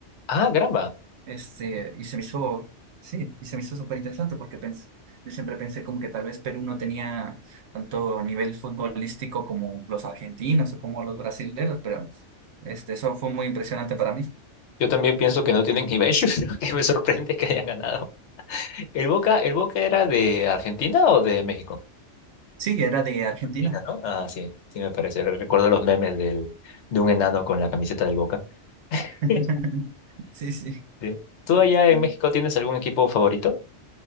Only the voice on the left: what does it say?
Ah, caramba.
Yo también pienso que no tienen nivel, <laughs> pero que me sorprende que hayan ganado. ¿El Boca, el Boca era de Argentina o de México?
Argentina, ¿no? Ah, sí, sí me parece. Recuerdo los memes del, de un enano con la camiseta del Boca.
<laughs>
Sí. ¿Tú allá
en México tienes algún equipo favorito?